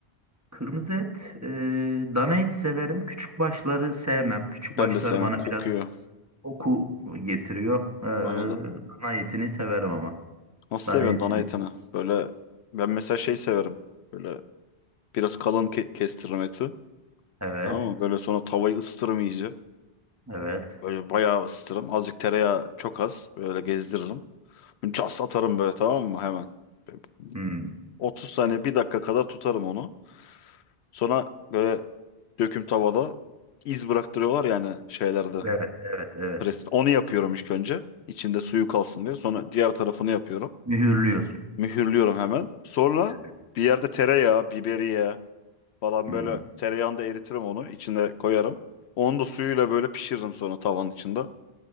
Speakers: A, on the right; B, on the left.
A: kırmızı et, e, dana et severim. Küçük başları sevmem. Küçük
B: Ben
A: başlar
B: de sevmem.
A: bana
B: Kokuyor
A: biraz koku getiriyor. Ee,
B: bana da.
A: dana etini severim ama.
B: Nasıl
A: Dana
B: seviyorsun
A: etini.
B: dana etini? Böyle ben mesela şey severim. Böyle biraz kalın ke- kestiririm eti.
A: Evet,
B: Tamam mı? Böyle sonra tavayı ısıtırım iyice.
A: evet.
B: Böyle bayağı ısıtırım. Azıcık tereyağı çok az. Böyle gezdiririm. Cas atarım böyle tamam mı? Hemen. Böyle
A: Hmm.
B: 30 saniye bir dakika kadar tutarım onu. Sonra böyle döküm tavada iz bıraktırıyorlar yani şeylerde.
A: Evet, evet, evet.
B: Preston. Onu yapıyorum ilk önce. İçinde suyu kalsın diye. Sonra diğer tarafını yapıyorum.
A: Mühürlüyorsun.
B: Mühürlüyorum hemen. Sonra
A: Evet.
B: bir yerde tereyağı, biberiye falan
A: Hmm,
B: böyle tereyağında eritirim onu. İçine koyarım. Onu da suyuyla böyle pişiririm sonra tavanın içinde.